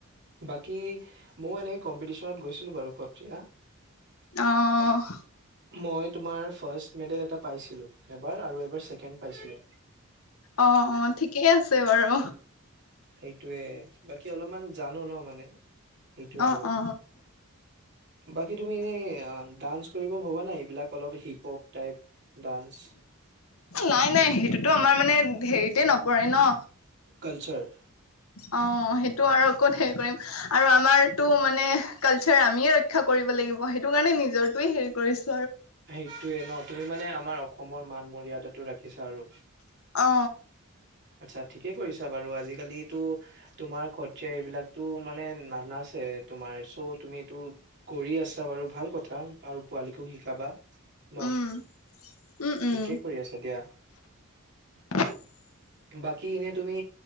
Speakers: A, on the right; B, on the left.
A: বাকী মও এনেকে কম্পিটিশনত গৈছিলো বাৰু সত্ৰীয়া।
B: অহ
A: মই তোমাৰ ফাৰ্ষ্ট মেডেল এটা পাইছিলো এবাৰ আৰু ছেকেণ্ড। পাইছিলো
B: অ অ ঠিকেই আছে বাৰু।
A: সেইটোৱে বাকী অলপমান জানো ন মানে। সেইটোৱে
B: অ
A: আৰু
B: অ
A: বাকী তুমি ডান্স কৰিব ভবা নাই এইবিলাক অলপ হিপ হপ টাইপ ডান্স।
B: নাই নাই সেইটোতো আমাৰ মানে হেৰিতে নপৰে ন।
A: কালচাৰ।
B: অ সেইটো আৰু কত হেৰি কৰিম আৰু আমাৰতো মানে কালচাৰ আমিয়ে ৰক্ষা কৰিম। লাগিব সেইটো কাৰণে নিজৰটোৱে হেৰি কৰিছ-
A: সেইটোয়ে ন তুমি মানে আমাৰ অ- সমৰ মান মৰিয়াটো ৰাখিছা আৰু।
B: অ
A: আচ্ছা ঠিকে কৰিছা বাৰু আজিকালিটো তোমাৰ খৰছা এইবিলাকতো মানে নানাচ তোমাৰ চ' তুমি এইটো কৰি আছা বাৰু ভাল কথা আৰু পোৱালীকো শিকাবা। ন,
B: উম উম উম
A: ঠিকে কৰি আছে দিয়া।
B: <inaudible>
A: বাকী এনে তুমি